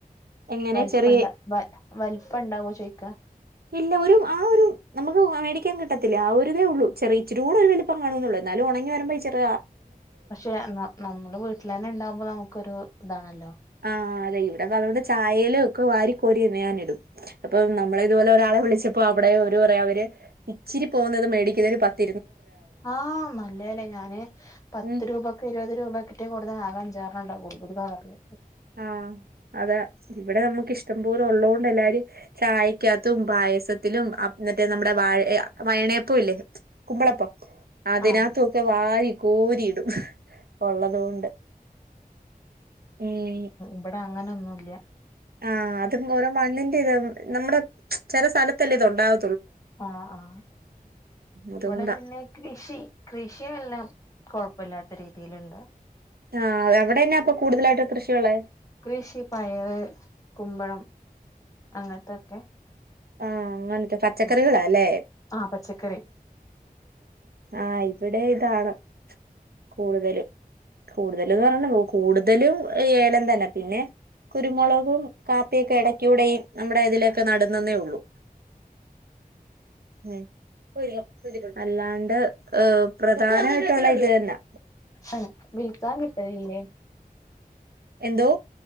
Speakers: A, on the right; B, on the left.
A: എങ്ങനെ
B: വലിപ്പണ്ട
A: ചെറിയ
B: വ വലിപ്പണ്ടാവോ ചോയിക്കാ?
A: ഇല്ല ഒരു ആ ഒരു നമുക്ക് മേടിക്കാൻ കിട്ടത്തില്ല ആ ഒരുതേ ഉള്ളൂ ചെറിയ ഇച്ചിരൂടെ ഒരു വളുപ്പം കാണവെള്ള എന്നാലും ഉണങ്ങി വര്മ്പോ ഇചെറ
B: പക്ഷെ ന നമ്മള് വീട്ടിലെന്നെണ്ടാവു മ്പോ നമുക്കൊരു ഇതാണല്ലോ?
A: ആ്ലേ ഇവിടെ അതോടെ ചായേല് ഒക്കെ വാരി കോരിന്ന് ഇന്ന്ന ഇടും അപ്പൊ നമ്മളേ ഇതുപോലെ ഒരാളെ വിളിച്ചപ്പോ അവിടെ ഒര് എന്താപറയാ അവര് ഇച്ചിരി പോന്നത് മേടിക്കിന്നതിന് പത്
B: ആഹ് മല്ലല്ലേ ഞാന് പത്ത്
A: ഉം
B: രൂപക്ക് ഇരുപത് രൂപക് റ്റവും കൂടുതൽ ആകെ അഞ്ചാറെണ്ണണ്ടാവോള്ളു ഒരു കവർല്.
A: ആ അത ഇവിടെ നമ്മുക്ക് ഇഷ്ടംപോലെ ഉള്ളതത് കൊണ്ട് എല്ലാരും ചായക്കാത്തും പായസത്തിലും അപ് നറ്റേ നമ്മുടെ വാഴ വയണയപ്പോ ല്ല്യെ? കുമ്പളപ്പം അതിനതോക്കെ
B: ആഹ്
A: വാരി കോരിടും ഹ് ഒള്ളത് കൊണ്ട് ഉം
B: വ്വടെ അങ്ങനെന്നുംല്യാ
A: ആ അതും ഓരോ മണ്ണിന്റെ ഇതാവു നമ്മുടെ ചെല സ്ഥലത്തല്ലേ ഇത്ണ്ടാവ
B: ആ ആ
A: അതുകൊണ്ടാ
B: ഇവിടെ പിന്നെ കൃഷി കൃഷിയല്ലാം കൊഴപ്പല്ലാത്ത രീതിയിലുണ്ട്
A: ആഹ് എവിടെ തന്നെയ അപ്പൊ കൂടുതലായിട്ട് കൃഷിയുള്ളത്
B: കൃഷി പയറർ കുമ്പളം അങ്ങനത്തൊക്കെ
A: ആഹ അങ്ങനത്തെ പച്ചക്കറികളാല്ലേ
B: ഉം ആഹ് പച്ചക്കറി
A: ആഹ് ഇവിടെ ഇതാണ് കൂടുതലും കൂടുതലുംന്ന് പറഞ്ഞ പോ കൂടുതലും ഏലം തന്നെ പിന്നെ കുരുമുളകും കാപ്പിയൊക്കെ ഇടക്ക് ഇവിടെ നമ്മുടെ ഇതിലൊക്കെ നടുന്നതേ ഉള്ളൂ
B: അ
A: മ്മ് അല്ലാണ്ട് പ്രധാനമായിട്ടുള്ള ഇത് തന്നെ
B: അ വിൽക്കാൻ കിട്ടുന്നില്ലേ
A: എന്തോ